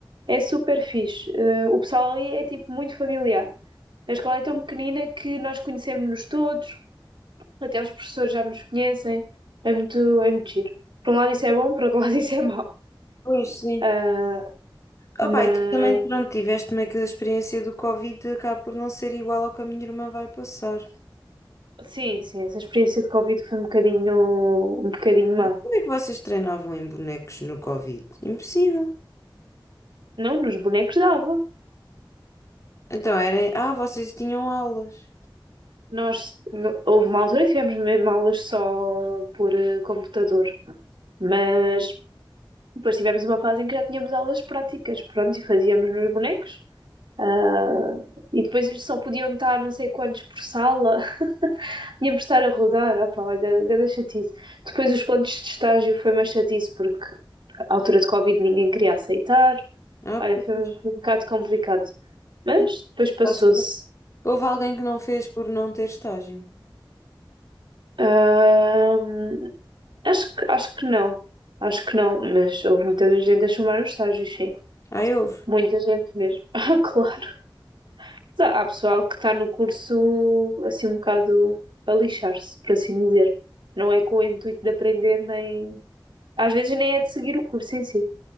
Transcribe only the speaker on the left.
pois sim.
Opa,
e tu também, pronto, tiveste meio que a experiência do Covid, acaba por não ser igual ao que a minha irmã vai passar.
Como é que vocês treinavam em bonecos no Covid? Impossível.
Então, era, ah, vocês tinham aulas.
Ah,
pois.
Sim,
faço ideia. Houve alguém que não fez por não ter estágio.
Ah, houve.